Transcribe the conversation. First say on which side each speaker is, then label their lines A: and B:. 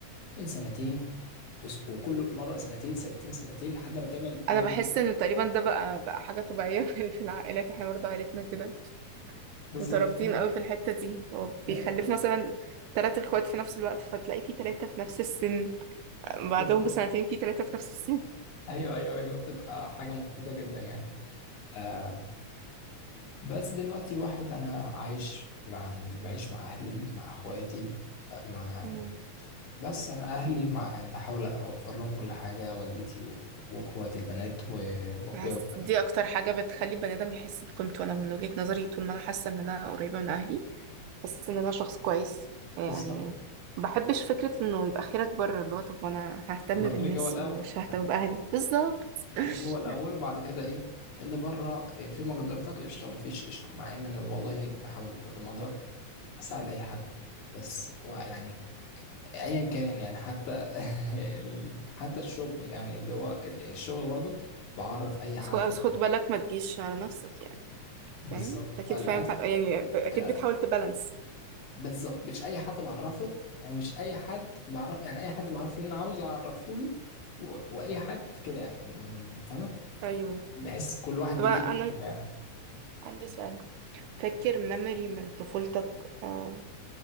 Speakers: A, on the left; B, on the right.
A: من سنتين وس- وكل مره سنتين سنتين سنتين لحد ما تعمل رينج
B: انا بحس
A: كده.
B: ان تقريبا ده بقى بقى حاجه طبيعيه <laughs> في في العائلات احنا برضه عائلتنا كده
A: بالظبط
B: مترابطين
A: فاهم
B: قوي في الحتة دي هو
A: لا،
B: بيخلف مثلا تلات اخوات في نفس الوقت فتلاقي في تلاتة في نفس السن بعدهم
A: بالظبط
B: بسنتين في تلاتة في نفس السن
A: ايوه ايوه ايوه بتبقى حاجه مضحكه جدا يعني آه بس دلوقتي واحد انا عايش مع يعني بعيش مع اهلي مع اخواتي آه، مع يعني
B: مم.
A: بس انا اهلي مع يعني بحاول اوفر لهم كل حاجه والدتي و- واخواتي البنات و- واخويا
B: بحس
A: وكده
B: دي اكتر حاجة بتخلي البني ادم يحس بقيمته انا من وجهة نظري طول ما انا حاسة ان انا قريبة من اهلي بحس ان انا شخص كويس يعني
A: بالظبط
B: ما بحبش فكرة انه يبقى خيرك بره اللي هو طب انا ههتم
A: الخير
B: بالناس
A: الجو الاول
B: ومش ههتم باهلي بالظبط
A: خارج
B: <laughs>
A: هو الاول وبعد كده ايه اللي بره إيه، في مقدرتك قشطه ما فيش قشطه مع ان انا والله بحاول قد ما اقدر اساعد اي حد بس هو يعني ايا كان يعني حتى <laughs> ال- حتى الشغل يعني اللي هو كده الشغل برضو بعرف اي حد
B: بس خد بس
A: يعني
B: خد بالك ما تجيش على نفسك يعني
A: بالظبط
B: فاهم اكيد
A: فللاسف
B: فاهم حاجة يعني اكيد
A: للاسف
B: بتحاول تبالانس
A: بالظبط مش اي حد بعرفه ومش اي حد بعرف يعني اي حد بعرف اللي انا عاوز اعرفه له و... واي حد في كده يعني م- فاهمه
B: ايوه
A: بحس كل واحد
B: طب
A: ليه
B: انا
A: كده
B: أنا
A: يعني
B: عندي سؤال فاكر ميموري من طفولتك آه